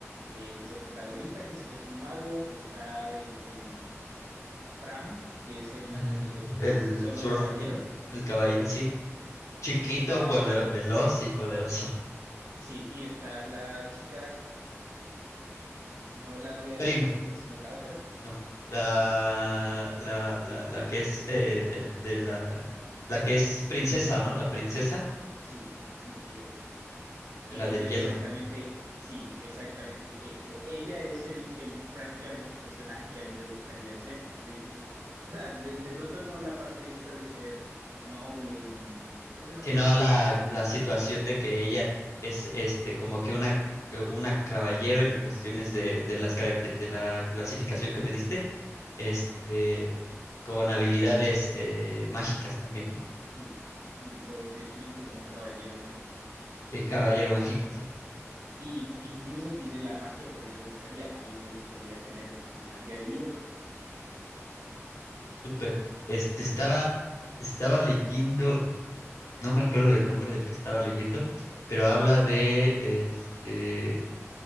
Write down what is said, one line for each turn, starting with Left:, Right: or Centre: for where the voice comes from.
Right: eh, pues el protagonista que es, es un mago, está el, el Pram, que es el
Left: El,
Right: eh,
Left: el
Right: es solo
Left: Sword-
Right: caballero,
Left: el caballero, sí. Chiquito,
Right: y está
Left: pole-
Right: la,
Left: veloz y poderoso.
Right: sí, y está la chica, no la novia del
Left: Prim,
Right: protagonista, sino la otra.
Left: No, la, la, la, la que es eh, de, de la, la que es princesa, ¿no? La princesa,
Right: Sí, sí, ella. que
Left: la
Right: ella
Left: del hielo.
Right: exactamente, sí, exactamente. E- e- ella es el, el- prácticamente el personaje que a mí me gustaría ser dentro. O sea, de, de pronto no la parte esta de ser noble y eso no
Left: Sino
Right: me importa
Left: la,
Right: tanto, sí,
Left: la situación de que ella es este como que una, eh, una caballero en cuestiones de, de las caracter- de la clasificación que me diste, este, con habilidades eh, mágicas también, ¿no?
Right: sí, sí, lo definen como un caballero mágico.
Left: Sí,
Right: Entonces,
Left: caballero mágico, sí.
Right: y incluso tiene la magia que a mí me gustaría. A mí me gustaría tener pues, magia de hielo.
Left: Uh, súper. Este estaba, estaba leyendo. no me acuerdo del nombre del que estaba leyendo, pero habla de este,